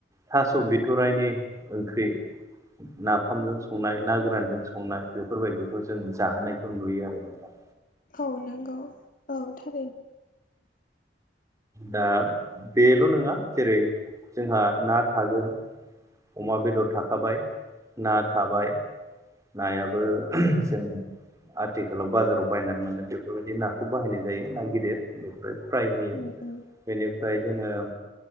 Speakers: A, on the right (about 20°); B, on the left (about 50°).
A: थास' बिथराइनि ओंख्रि नाफामजों संनाय ना गोरानजों संनाय बेफोरबायदिखौ जों जाहोनायखौ नुयो आरो नोंथां।
B: औ नंगौ औ थारैनो
A: दा बेल' नङा जेरै जोंहा ना थागोन अमा बेदर थाखाबाय ना थाबाय नायाबो जों आथिखालाव बाजाराव बायनानै मोना बेफोरबायदि नाखौ बाहायनाय जायो ना गिदिर बेनिफ्राय फ्राय होयो
B: औ औ
A: बेनिफ्राय जोङो